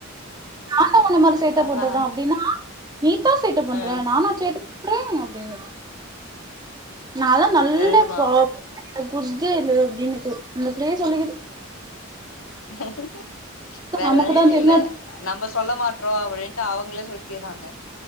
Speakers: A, on the right; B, on the left.
A: நானு உன்ன மாதிரி சேட்ட
B: அதா
A: பண்றனா அப்டின்னா நீதா சேட்ட பண்ற
B: ஆ
A: நானா சேட் க்றே அப்டின்னுச் நால்லா நல்ல
B: சேர்தா
A: பாப் குட் கேளு அப்டின்னுட்டு அந்த பிள்ளயே சொல்லிக்குது
B: <unintelligible> வேற
A: நமக்குதா
B: வழி
A: தெரியு
B: இல்ல நம்ம சொல்ல மாட்றோ அப்டின்ட்டு அவுங்களே சொல்லிக்கிறாங்க